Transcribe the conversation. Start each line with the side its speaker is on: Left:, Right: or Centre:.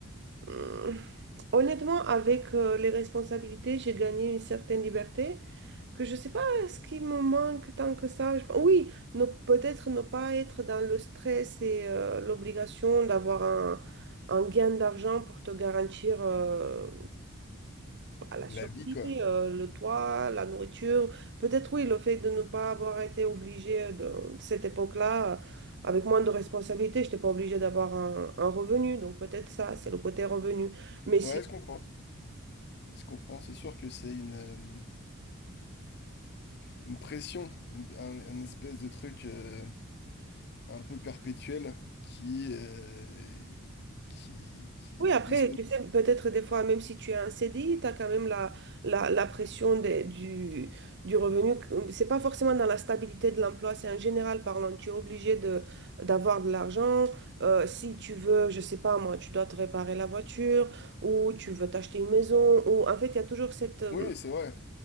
Right: Hmm. Honnêtement, avec euh, les responsabilités, j'ai gagné une certaine liberté que je ne sais pas ce qui me manque tant que ça. Je- Oui, ne- peut-être ne pas être dans le stress et euh, l'obligation d'avoir un, un gain d'argent pour te garantir euh, à la
Left: La
Right: survie,
Left: vie, quoi.
Right: euh, le toit, la nourriture. Peut-être oui, le fait de ne pas avoir été obligé de, de cette époque-là, euh, avec moins de responsabilités, je n'étais pas obligé d'avoir un, un revenu. Donc peut-être ça, c'est le côté revenu. Mais si
Left: Ouais, je comprends. Je comprends. C'est sûr que c'est une, euh, une pression, une- un, un espèce de truc euh, un peu perpétuel qui, euh, qui, qui-
Right: oui, après,
Left: une espèce...
Right: tu sais, peut-être des fois, même si tu as un CDI, tu as quand même la, la, la pression des- du, du revenu. C'est pas forcément dans la stabilité de l'emploi, c'est en général parlant. Tu es obligé de, d'avoir de l'argent. Euh, si tu veux, je sais pas moi, tu dois te réparer la voiture ou tu veux t'acheter une maison. Ou... En fait, il y a toujours cette... euh,
Left: Oui, c'est vrai.